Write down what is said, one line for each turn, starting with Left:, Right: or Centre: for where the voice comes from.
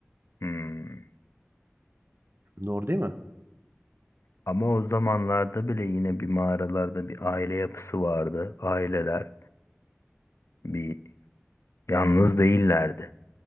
Left: Hmm.
Right: Doğru değil mi?
Left: Ama o zamanlarda bile yine bir mağaralarda bir aile yapısı vardı. Aileler bir yalnız değillerdi